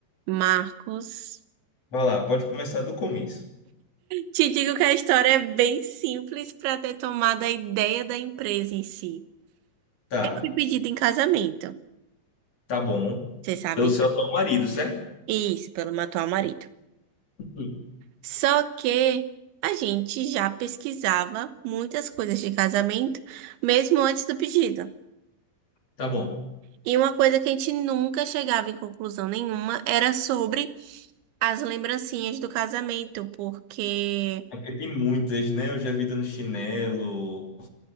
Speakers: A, on the right; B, on the left.
A: Marcos.
B: Vai lá, pode começar do começo.
A: Te digo que a história é bem simples para ter tomado a ideia da empresa em si.
B: Tá,
A: Eu fui pedida em casamento,
B: tá bom.
A: você sabe?
B: Pelo seu
A: né?
B: atual marido, certo?
A: Isso, pelo meu atual marido.
B: Sim.
A: Só que a gente já pesquisava muitas coisas de casamento, mesmo antes do pedido.
B: Tá bom.
A: E uma coisa que a gente nunca chegava em conclusão nenhuma era sobre as lembrancinhas do casamento, porque.
B: É porque tem muitas, né? Eu já vi dando chinelo,